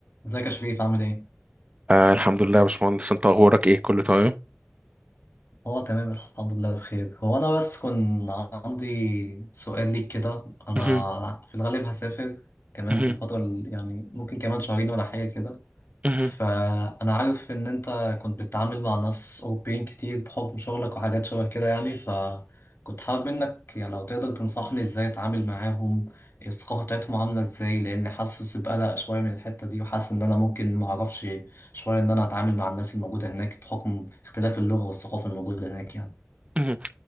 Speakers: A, on the left; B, on the right.
A: ازيك يا شريف عامل ايه؟
B: آه الحمد لله يا باشمهندس انت اخبارك ايه كله تمام
A: اه تمام الحمد لله بخير هو انا بس كان عندي سؤال ليك كده انا
B: مهم.
A: في الغالب هسافر كمان
B: مهم.
A: في الفترة ال- يعني ممكن كمان شهرين ولا حاجة كده
B: مهم.
A: فأنا عارف إن أنت كنت بتتعامل مع ناس أوروبيين كتير بحكم شغلك وحاجات شبه كده يعني فكنت حابب منك يعني لو تقدر تنصحني إزاي أتعامل معاهم الثقافة بتاعتهم عاملة إزاي لأن حاسس بقلق شوية من الحتة دي وحاسس إن أنا ممكن معرفش شوية إن أنا أتعامل مع الناس الموجودة هناك بحكم اختلاف اللغة والثقافة الموجودة هناك يعني
B: مهم.